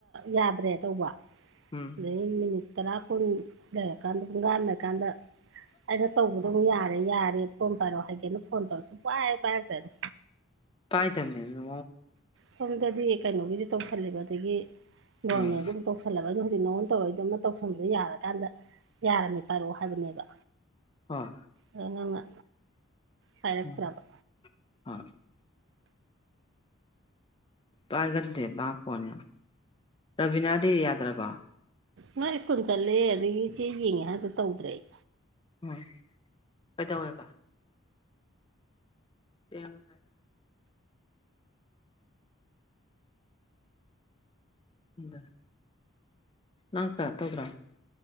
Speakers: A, on the right; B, on the left.
A: ꯌꯥꯗ꯭ꯔꯦ ꯇꯧꯕ
B: ꯎꯝ
A: ꯑꯗꯩ ꯃꯤꯅꯤꯠ ꯇꯔꯥ ꯀꯣ ꯂꯩꯔꯀꯥꯟꯗ ꯄꯨꯡꯒꯥꯟꯝꯃꯦ ꯀꯥꯟꯗ ꯑꯩꯅ ꯇꯧꯕꯗꯣꯨ ꯌꯥꯔꯦ ꯌꯥꯔꯦ ꯐꯝ ꯄꯥꯏꯔꯛ ꯍꯥꯏꯒꯦꯅ ꯐꯣꯟ ꯇꯧꯔꯁꯨ ꯄꯥꯏꯦ ꯄꯥꯏꯔꯛꯇꯣꯏꯅ
B: ꯄꯥꯏ ꯇꯝꯃꯦ ꯑꯗꯨ
A: ꯁꯣꯝꯗꯗꯤ ꯀꯩꯅꯣꯒꯤꯗꯤ ꯇꯧꯁꯜꯂꯦꯕ ꯑꯗꯒꯤ ꯒꯣꯔꯃꯦꯟꯗꯨꯝ
B: ꯎꯝ
A: ꯇꯧꯁꯜ ꯇꯧꯁꯜꯂꯕ ꯑꯩꯅ ꯍꯧꯖꯤꯛ ꯅꯉꯣꯟ ꯇꯧꯔꯛꯏꯗꯣꯝꯃ ꯇꯧꯁꯟꯕꯗ ꯌꯥꯔꯀꯥꯟꯗ ꯌꯥꯔꯝꯃꯦ ꯄꯥꯏꯔꯛꯑꯣ ꯍꯥꯏꯕꯅꯦꯕ
B: ꯍꯣꯏ
A: ꯑꯗꯣ ꯅꯪꯅ ꯄꯥꯏꯔꯛꯇ꯭ꯔꯕ
B: ꯎꯝ ꯍꯣꯏ ꯄꯥꯏꯒꯗꯦ ꯃꯥ ꯐꯣꯟꯅꯦ ꯌꯥꯝ ꯔꯕꯤꯅꯥꯗꯤ ꯌꯥꯗ꯭ꯔꯕ
A: ꯅꯪ ꯁ꯭ꯀꯨꯜ ꯆꯠꯂꯦ ꯑꯗꯒꯤ ꯆꯦ ꯌꯦꯡꯉꯦ ꯍꯥꯏꯥꯟꯁꯨ ꯇꯧꯗ꯭ꯔꯦ ꯑꯩ
B: ꯎꯝ ꯀꯩꯗꯧꯋꯦꯕ ꯍꯥꯏ ꯎꯗ ꯅꯪꯀ ꯇꯧꯕ꯭ꯔꯣ